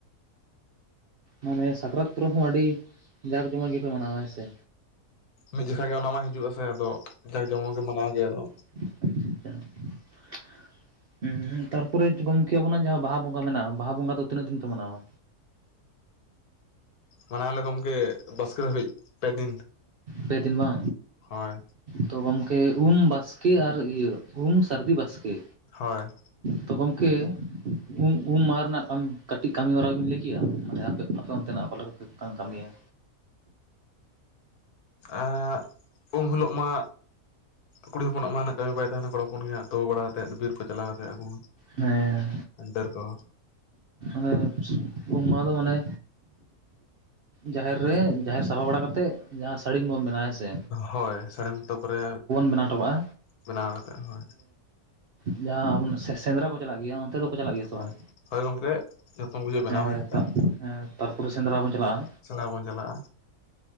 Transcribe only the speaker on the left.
ᱢᱤᱫ ᱡᱚᱠᱷᱚᱡ ᱜᱮ ᱚᱱᱟ ᱢᱟ ᱦᱤᱡᱩᱜ ᱟᱥᱮ ᱟᱫᱚ ᱡᱟᱠ ᱡᱚᱢᱚᱜ ᱜᱮ ᱢᱟᱱᱟᱣ ᱜᱮᱭᱟ, ᱟᱫᱚ
ᱢᱟᱱᱟᱣ ᱟᱞᱮ ᱜᱚᱢᱠᱮ ᱵᱟᱥᱠᱮᱹ ᱫᱷᱟᱹᱵᱤᱡ ᱯᱮ ᱫᱤᱱ
ᱦᱳᱭ
ᱦᱚᱭ᱾
ᱟᱸᱜ ᱩᱢ ᱦᱤᱞᱚᱜ ᱢᱟ ᱠᱩᱲᱤ ᱦᱚᱯᱚᱱᱟᱜ ᱢᱟ ᱩᱱᱟᱹᱜ ᱠᱟᱹᱢᱤ ᱵᱟᱭ ᱛᱟᱦᱮᱸᱱᱟ ᱠᱚᱲᱟ ᱦᱚᱯᱚᱱ ᱜᱮᱦᱟᱸᱜ ᱛᱳᱯᱳ ᱵᱟᱲᱟ ᱠᱟᱛᱮᱫ ᱵᱤᱨ ᱠᱚ ᱪᱟᱞᱟᱣ ᱠᱟᱛᱮᱫ ᱟᱜᱩ
ᱰᱟᱹᱨ ᱠᱚ,
ᱦᱳᱭ ᱥᱟᱲᱤᱢ ᱛᱟᱯᱚᱨᱮ
ᱵᱮᱱᱟᱣ ᱠᱟᱛᱮᱜ ᱦᱳᱭ,
ᱦᱳᱭ
ᱦᱳᱭ ᱜᱚᱢᱠᱮ ᱡᱚᱛᱚᱢ ᱵᱩᱡᱷᱟᱹᱣ ᱵᱮᱱᱟᱣ
ᱦᱩᱭ ᱠᱟᱛᱮᱫ
ᱥᱮᱸᱫᱽᱨᱟ ᱵᱚᱱ ᱪᱟᱞᱟᱜᱼᱟ,